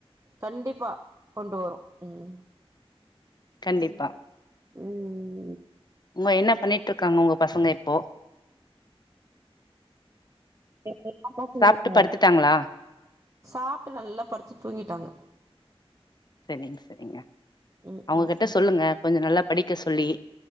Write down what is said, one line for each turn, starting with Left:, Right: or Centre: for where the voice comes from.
Right: கண்டிப்பா கொண்டு வரு ம் ம்
Left: கண்டிப்பா
Right: ம் ம்
Left: உங்க என்ன பண்ணிட்ருக்காங்க உங்க பசங்க இப்போ
Right: என்னென்லா தா செய்றீங்க
Left: சாப்ட்டு படுத்துட்டாங்களா
Right: சாப்ட்டு நல்லா படுத்து தூங்கிட்டாங்க
Left: செரிங்க செரிங்க
Right: ம்
Left: அவுங்ககிட்ட
Right: ம் ம்
Left: சொல்லுங்க கொஞ்ச நல்லா படிக்க சொல்லி